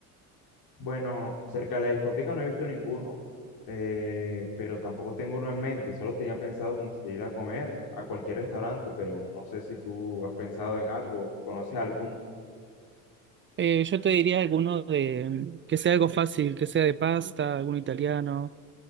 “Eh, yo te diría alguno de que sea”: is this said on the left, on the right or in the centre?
Right